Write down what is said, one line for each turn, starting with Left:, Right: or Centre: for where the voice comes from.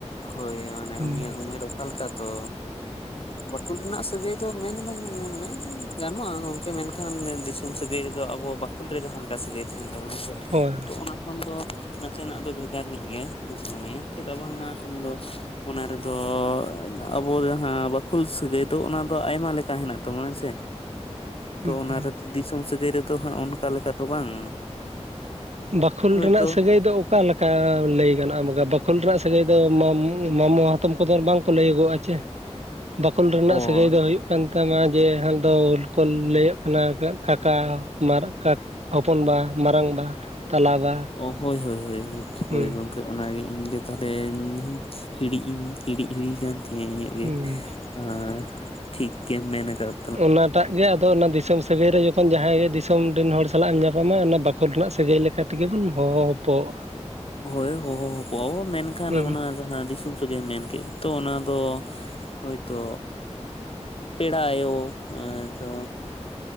Left: ᱦᱳᱭ ᱟᱱᱮ
Right: ᱦᱩᱸ
Left: ᱩᱱᱤᱭᱟᱜ ᱩᱢᱮᱨ ᱚᱠᱟ ᱞᱮᱠᱟ ᱛᱚ ᱵᱟᱠᱷᱳᱞ ᱨᱮᱱᱟᱜ ᱥᱟᱹᱜᱟᱹᱭ ᱫᱚ ᱢᱮᱱ ᱵᱟᱝ ᱢᱮᱱ ᱜᱟᱱᱚᱜ-ᱟ ᱜᱚᱢᱠᱮ ᱢᱮᱱᱠᱷᱟᱱ ᱫᱤᱥᱚᱢ ᱥᱤᱛᱩᱝ ᱥᱟᱹᱜᱟᱹᱭ ᱨᱮᱫᱚ ᱟᱵᱚ ᱵᱟᱠᱷᱳᱞ ᱨᱮ ᱡᱟᱦᱟᱸ ᱞᱮᱠᱟ ᱥᱟᱹᱜᱟᱹᱭ ᱛᱟᱦᱮᱱ ᱛᱟᱵᱚᱱᱟ ᱥᱮ
Right: ᱦᱳᱭ
Left: ᱛᱚ ᱚᱱᱟ ᱛᱚᱠᱷᱚᱱ ᱫᱚ ᱱᱟᱥᱮᱱᱟᱜ ᱫᱚ ᱵᱷᱮᱜᱟᱨ ᱧᱚᱜ ᱜᱮᱭᱟ ᱢᱚᱱᱮᱭᱟ ᱪᱮᱫᱟᱜ ᱵᱟᱝᱢᱟ ᱟᱢᱫᱚ ᱚᱱᱟ ᱨᱮᱫᱚ ᱟᱵᱚ ᱡᱟᱦᱟᱸ ᱵᱟᱠᱷᱳᱞ ᱥᱟᱹᱜᱟᱹᱭ ᱫᱚ ᱚᱱᱟ ᱫᱚ ᱟᱭᱢᱟ ᱞᱮᱠᱟ ᱦᱮᱱᱟᱜ ᱛᱟᱵᱚᱱᱟ ᱦᱮᱸᱥᱮ
Right: <inaudible>
Left: ᱛᱚ ᱚᱱᱟᱨᱮ
Right: ᱦᱩᱸ
Left: ᱫᱤᱥᱚᱢ ᱥᱟᱹᱜᱟᱹᱭ ᱨᱮᱫᱚ ᱦᱟᱸᱜ ᱚᱱᱠᱟ ᱞᱮᱠᱟ ᱛᱚ ᱵᱟᱝ
Right: ᱵᱟᱠᱷᱳᱞ
Left: ᱦᱳᱭᱛᱳ
Right: ᱨᱮᱱᱟᱜ ᱥᱟᱹᱜᱟᱹᱭ ᱫᱚ ᱚᱠᱟ ᱚᱠᱟᱞᱮᱠᱟ ᱞᱟᱹᱭ ᱜᱟᱱᱚᱜ-ᱟᱠᱟ ᱵᱟᱠᱷᱳᱞ ᱨᱮᱱᱟᱜ ᱥᱟᱹᱜᱟᱹᱭ ᱫᱚ ᱢᱟᱢᱚ ᱦᱟᱛᱚᱢ ᱠᱚᱫᱚ ᱵᱟᱝᱠᱚ ᱞᱟᱹᱭᱟᱹᱜᱚᱜ-ᱟ ᱪᱮ ᱵᱟᱠᱷᱳᱞ ᱨᱮᱱᱟᱜ
Left: ᱚ
Right: ᱥᱟᱹᱜᱟᱹᱭ ᱫᱚ ᱦᱩᱭᱩᱜ ᱠᱟᱱ ᱛᱟᱢᱟ ᱡᱮ ᱦᱟᱱ ᱫᱚ ᱠᱚ ᱞᱟᱹᱭᱚᱜ ᱠᱟᱱᱟ ᱠᱟᱠᱟ ᱢᱟᱨᱟᱜ ᱠᱟ ᱦᱚᱯᱚᱱ ᱵᱟ, ᱢᱟᱨᱟᱝ ᱵᱟ, ᱛᱟᱞᱟ ᱵᱟ,
Left: ᱚ ᱦᱳᱭ ᱦᱳᱭ ᱦᱳᱭ
Right: ᱦᱩᱸ
Left: ᱦᱳᱭ ᱜᱚᱝᱠᱮ ᱚᱱᱟᱜᱮ ᱤᱧ ᱫᱚ ᱛᱟᱦᱞᱮ ᱦᱤᱲᱤᱡ ᱤᱧ ᱦᱤᱲᱤᱡ ᱦᱤᱲᱤᱡ ᱟᱠᱟᱱ ᱛᱤᱧᱟᱹ ᱤᱧᱟᱹᱜ ᱜᱮ
Right: ᱦᱩᱸ
Left: ᱟᱣ ᱴᱷᱤᱠ ᱜᱮᱢ ᱢᱮᱱᱠᱟᱫ
Right: ᱚᱱᱟᱴᱟᱜ ᱜᱮ ᱟᱫᱚ ᱚᱱᱟ ᱫᱤᱥᱚᱢ ᱥᱟᱹᱜᱟᱹᱭ ᱨᱮ ᱡᱚᱠᱷᱚᱱ ᱡᱟᱦᱟᱸᱭ ᱜᱮ ᱫᱤᱥᱚᱢ ᱨᱮᱱ ᱦᱚᱲ ᱥᱟᱞᱟᱜ ᱮᱢ ᱧᱟᱯᱟᱢᱟ ᱚᱱᱟ ᱵᱟ ᱠᱷᱚᱞ ᱨᱮᱱᱟᱜ ᱥᱟᱹᱜᱟᱹᱭ ᱞᱮᱠᱟ ᱛᱮᱜᱮ ᱵᱚᱱ ᱦᱚᱦᱚᱯᱚᱜᱚᱜ-ᱟ᱾
Left: ᱦᱳᱭ ᱢᱮᱱᱠᱷᱟᱱ
Right: ᱦᱩᱸ
Left: ᱚᱱᱟ ᱡᱟᱦᱟᱸ ᱫᱤᱥᱚᱢ ᱥᱟᱹᱜᱟᱹᱭ ᱢᱮᱱ ᱠᱮ ᱛᱚ ᱚᱱᱟ ᱫᱚ ᱦᱳᱭᱛᱳ ᱯᱮᱲᱟ ᱟᱭᱳ ᱦᱚᱭ ᱛᱚ